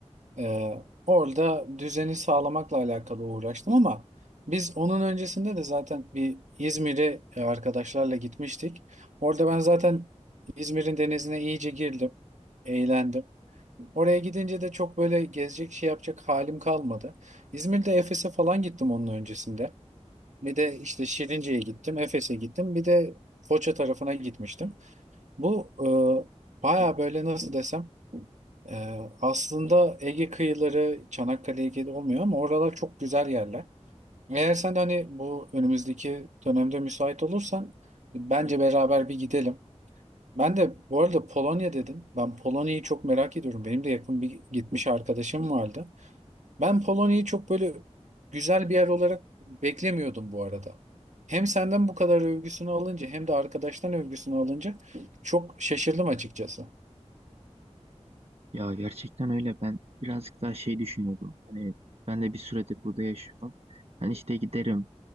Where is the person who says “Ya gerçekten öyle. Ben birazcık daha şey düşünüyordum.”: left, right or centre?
Right